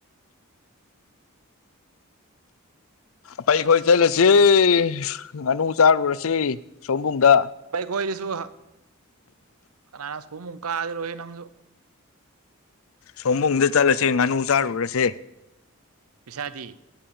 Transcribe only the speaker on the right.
ꯥꯏ ꯀꯣꯏꯗꯤꯁꯨ ꯅꯥ ꯁꯨꯃꯨ ꯀꯥꯑꯗꯤ ꯔꯣꯍꯤ ꯅꯪꯁꯨ
ꯄꯤꯁꯥꯗꯤ